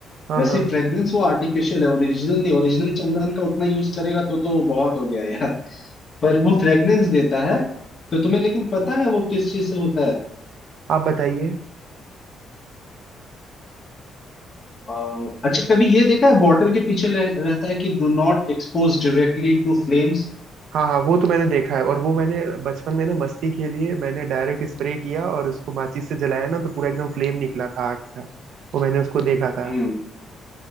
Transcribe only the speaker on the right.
हाँ
हाँ
आप बताइए
हाँ हाँ वो तो मैंने देखा है और वो मैंने बचपन में ना मस्ती के लिए मैंने डायरेक्ट स्प्रे किया और उसको माचिस से जलाया ना तो पूरा एकदम फ्लेम निकला था आग का वो मैंने उसको देखा था